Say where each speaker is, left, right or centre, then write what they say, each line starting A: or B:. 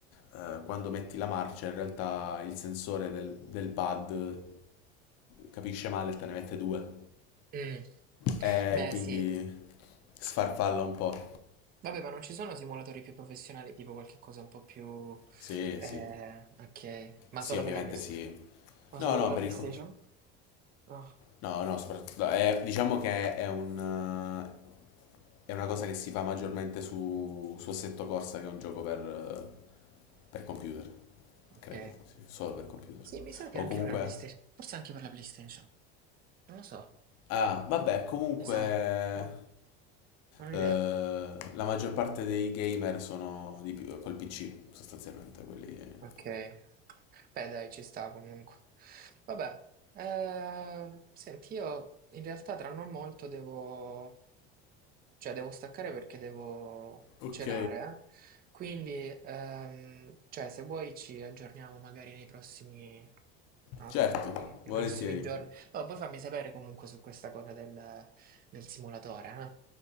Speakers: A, on the left; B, on the right.
A: Eh, quando metti la marcia, in realtà il sensore del, del pad capisce male e te ne mette due.
B: mm.
A: E
B: Beh,
A: quindi
B: sì.
A: sfarfalla un po'.
B: Vabbè, ma non ci sono simulatori più professionali, tipo qualche cosa un po' più...
A: Sì,
B: Eh,
A: sì.
B: ok. Ma
A: Sì,
B: solo
A: ovviamente
B: per la PlayStation?
A: sì.
B: Ma
A: No,
B: solo
A: no,
B: per la
A: per
B: PlayStation?
A: il... co-
B: Ah,
A: No, no, soprattutto... è- diciamo che è un... eh, È una cosa che si fa maggiormente su, su Assetto Corsa, che è un gioco per, eh, per computer,
B: ok.
A: credo, sì, solo per computer.
B: Sì, mi sa che
A: O
B: anche
A: comunque
B: per la PlayStation. Forse anche per la PlayStation. Non lo so,
A: Ah, vabbè, comunque
B: mi sa. Boh, non ho idea.
A: eh, la maggior parte dei gamer sono di, P- col PC, sostanzialmente, quelli...
B: Ok. Beh, dai, ci sta comunque. Vabbè, ehm, senti, io in realtà tra non molto devo, cioè devo staccare perché devo
A: Ok.
B: cenare, eh. Quindi, ehm, cioè, se vuoi ci aggiorniamo magari nei prossimi, non
A: Certo,
B: lo so, nei, nei
A: volentieri.
B: prossimi giorni. Ma poi fammi sapere comunque su questa cosa del, del simulatore, eh?